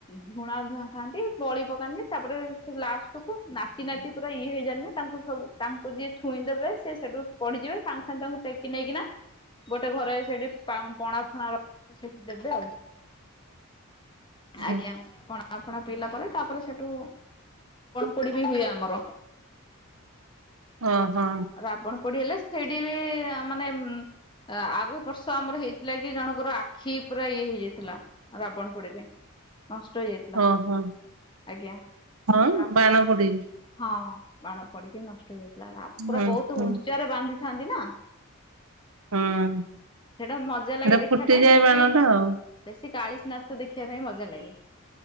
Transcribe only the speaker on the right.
ହଁ
ଓହୋ।
ହଁ ହଁ
ହଁ
ବାଣ ପୋଡି
ହୁଁ
ହୁଁ
ହଁ
ଏଟା
ଫୁଟିଯାଏ
ବାଣ ଟା ଆଉ